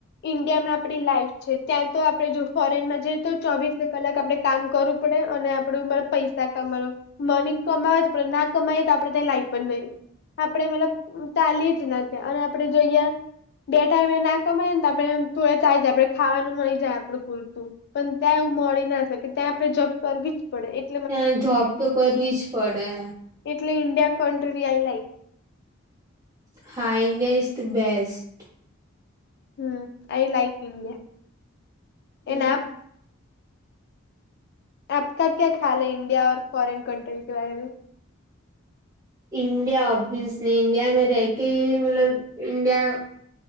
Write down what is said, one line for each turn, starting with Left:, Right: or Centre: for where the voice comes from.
Left: ઈન્ડિયામાં આપડી લાઈફ છે ત્યાં તો આપડે જો ફોરેનમાં જઈએ તો ચોવીસે કલાક આપડે કામ કરું પડે અને આપડું મ પૈસા કમાવુ મની કમાજ પણ ના કમાએ તો આપડે ત્યા લાઈફ જ નઈ આપેડે મતલબ તાલી જ નથી અને આપડે જોઈય બે ટાઈમે ના કમાય ન તો આપડે તોયે ચાઈજાય આપડે ખાવાનું મળી જાય આપડે પૂરતું. પણ ત્યાં એવું મળી ના શકે ત્યાં આપણે જોબ કરવી જ પડે એ
Right: એ જોબ તો કરવી જ પડે.
Left: એટલે ઇન્ડિયા કન્ટડી આઈ લાઈક.
Right: હા India is the best.
Left: Hmm I like India એને
Right: હમ
Left: એના આપકા ક્યા ખ્યાલ ઇન્ડિયા ઓર ફોરેન કન્ટ્રી કે બારમે.
Right: ઇન્ડિયા ઓબીસલી ઇન્ડિયા મે રેકે મતલબ ઇન્ડિયા